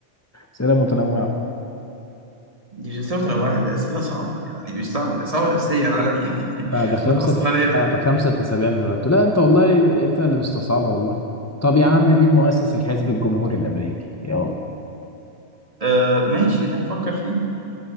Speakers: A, on the left; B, on the right.
A: أسئلة متنوعة
B: دي مش أسئلة متنوعة ده أسئلة صعبة يعني مش صعبة ده صعبة نفسيا عليا <laughs> يعني
A: بعد خمسة
B: بتأثر عليا
A: بعد خمسة أسابيع من ولادته لا أنت والله أنت اللي مستصعبة والله طب يا عم مين مؤسس الحزب الجمهوري الأمريكي؟ يلا
B: آه ماشي ده نفكر فيه